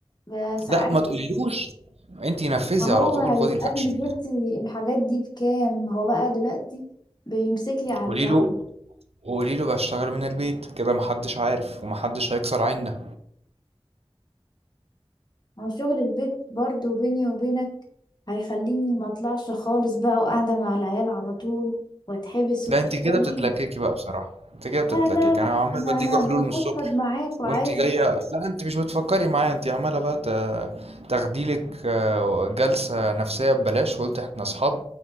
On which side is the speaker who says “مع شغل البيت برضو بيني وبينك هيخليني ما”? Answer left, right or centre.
Left